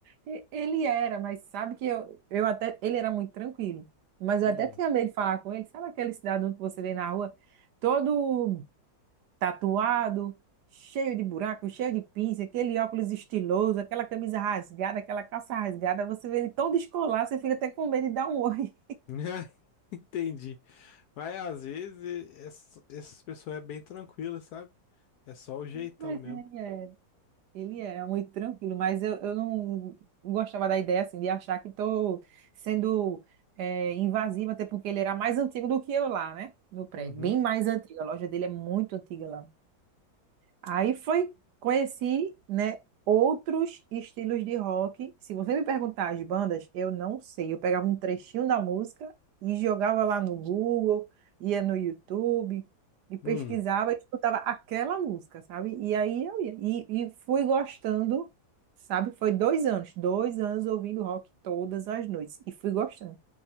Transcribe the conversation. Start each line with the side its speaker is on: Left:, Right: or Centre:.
Right: E- Ele era, mas sabe que eu, eu até, ele era muito tranquilo, mas eu
Left: Hum.
Right: até tinha medo de falar com ele, sabe aquele cidadão que você vê na rua, todo tatuado, cheio de buraco, cheio de pinça, aquele óculos estiloso, aquela camisa rasgada, aquela calça rasgada, você vê ele tão descolado, você fica até com medo de dar um oi.
Left: <laughs> Entendi. Mas às vezes e- ess- essas pessoas é bem tranquila, sabe? É só o jeitão
Right: <laughs> Mas
Left: mesmo.
Right: ele é. Ele era muito tranquilo, mas eu, eu não gostava da ideia assim de achar que estou sendo eh, invasiva, até porque ele era mais antigo do que eu lá, né? No prédio,
Left: Uhum.
Right: bem mais antigo. A loja dele é muito antiga lá. Aí foi, conheci, né, outros estilos de rock. Se você me perguntar as bandas, eu não sei. Eu pegava um trechinho da música e jogava lá no Google, ia no YouTube e pesquisava
Left: Hum.
Right: e escutava aquela música, sabe? E aí eu ia. E, e fui gostando, sabe? Foi dois anos, dois anos ouvindo rock todas as noites. E fui gostando.